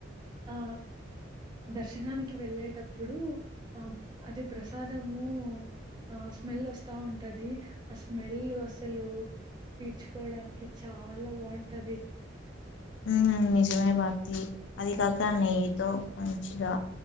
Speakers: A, on the right; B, on the left.
A: ఆ దర్శనానికి వెళ్ళేటప్పుడు ఆ అది ప్రసాదము ఆ స్మెల్ వస్తా ఉంటది ఆ స్మెల్ అసలు పీర్చుకోవడానికి చాలా బాగుంటది
B: ఉ నిజమే భారతి అది కాక నెయ్యితో మంచిగా